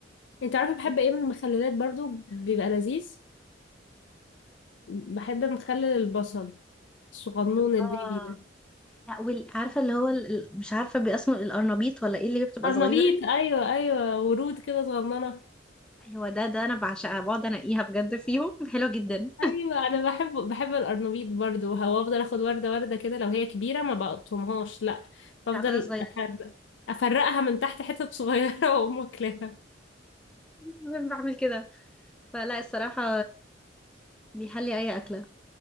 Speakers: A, on the left; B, in the centre.
A: انت عارفة بحب
B: قولي-
A: ايه من المخللات برضو بيبقى لذيذ بحب مخلل البصل الصغنون
B: اه
A: البيبي ده
B: لا وال- عارفه اللي هو ال- ال- مش عارفه باسمه القرنبيط ولا ايه اللي بتبقى
A: قرنبيط
B: صغيره
A: ايوه ايوه ورود كده صغننة
B: ايوه ده ده انا بعشقها بقعد انقيها بجد فيهم <laughs> حلوه جدا
A: ايوه انا بحب بحب القرنبيط برضو وافضل اخد وردة وردة كده لو هي كبيرة ما بقطمهاش لا بفضل
B: لا خلاص صغيرين
A: أفرق- افرقها من تحت حتت صغيرة <laughs> واقوم واكلاها
B: <laughs> بعمل كده فلا الصراحة بيحلي أي أكلة